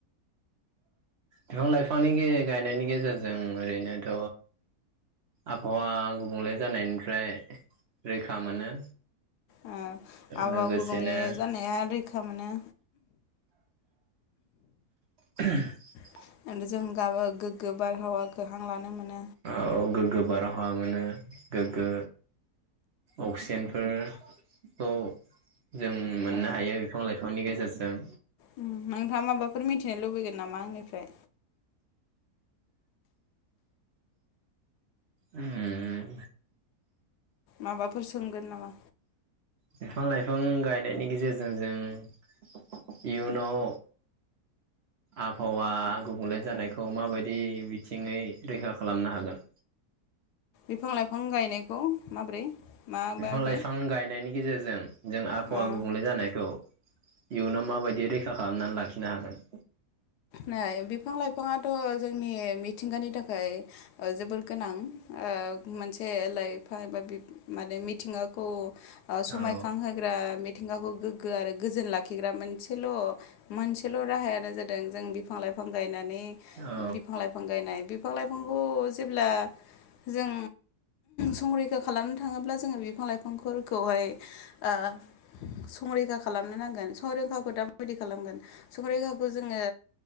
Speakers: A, on the right; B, on the left.
A: बिफां लाइफांनि गे गायनायनि गेजेरजों ओरैनोथ आबहावा गुबुंले जानायनिफ्राय रैखा मोनो।
B: ओ आबहावा
A: लोगोसेनो
B: गुबुंले जानाया रैखा मोनो।
A: <inaudible>
B: <unintelligible> जों गा गोग्गो बारहावाखो हां लानो मोनो।
A: ओ औ गोगो बारहावा मोनो गोग्गो अक्सिजेनफोरखौ जों मोननो हायो बिफां लाइफांनि गेजेरजों।
B: उम्म नोंथांङा माबाफोर मिथिनो लुबैगोन नामा आंनिफ्राय?
A: उम्म
B: माबाफोर सोंगोन नामा?
A: बिफां लाइफां गायनायनि गेजेरजों जों इयुनाव आबहावा गुबुंले जानायखौ माबायदि बिथिङै रैखा खालामनो हागोन?
B: बिफां लाइफां गायनायखौ माबोरै माबायदि
A: बिफां लाइफां गायनायनि गेजेरजों जों आबहावा
B: ओ
A: गुबुंले जानायखौ इयुनाव माबायदि रैखा खालामनानै लाखि खिनो हागोन
B: नै बि बिफां लाइफाङाथ जोंनि मिथिंगानि थाखाय जोबोर गोनां ओ मोनसे लाइफां एबा माने मिथिंगाखौ समायखां
A: औ
B: होग्रा मिथिंगाखौ गोगगो आरो गोजोन लाखिग्रा मोनसेल मोनसेल राहायानो जादों जों बिफां लाइफां गायनानै
A: औ
B: बिफां लाइफां गायनाय बिफां लाइफांखौ जेब्ला जों संरैखा खालामनो थाङोब्ला जोंङो बिफां लाइफांफोरखौहाय ओ संरैखा खालामनो नांगोन, संरैखाखौ दा माबायदि खालामगोन संरैखाखौ जोङो